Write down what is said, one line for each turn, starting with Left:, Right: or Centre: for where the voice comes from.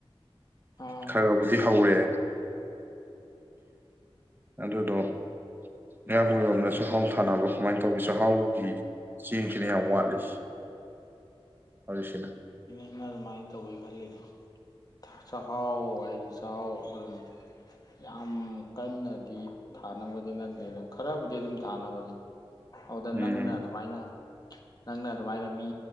Left: ꯑꯥ
Right: ꯈꯔ ꯈꯕꯨꯗꯤ ꯍꯧꯔꯦ ꯑꯗꯨꯗꯣ ꯃꯌꯥꯝ ꯃꯔꯣꯝꯗ ꯆꯍꯥꯎ ꯊꯥꯅꯕ ꯀꯃꯥꯏꯅ ꯇꯧꯒꯦ ꯆꯥꯛꯍꯥꯎꯒꯤ ꯆꯦꯡꯁꯤꯅ ꯌꯥꯝ ꯋꯥꯠꯂꯤ ꯍꯧꯁꯤꯅ
Left: ꯑꯩꯅ ꯑꯗꯨꯃꯥꯏꯅ ꯇꯧꯒꯦ ꯈꯜꯂꯤꯗꯣ ꯆꯥꯛꯍꯥꯎ ꯍꯥꯏꯗꯤ ꯆꯥꯛꯍꯥꯎ ꯑꯗꯨꯝ ꯌꯥꯝ ꯀꯟꯅꯗꯤ ꯊꯥꯅꯕꯗꯤ ꯅꯠꯇꯦ ꯑꯗ ꯈꯔꯕꯨꯗꯤ ꯑꯗꯨꯝ ꯊꯥꯅꯕꯅꯦ ꯑꯗꯨꯗ
Right: ꯎꯝ
Left: ꯅꯪꯅ ꯑꯗꯨꯃꯥꯏꯅ ꯅꯪꯅ ꯑꯗꯨꯃꯥꯏꯅ ꯃꯤ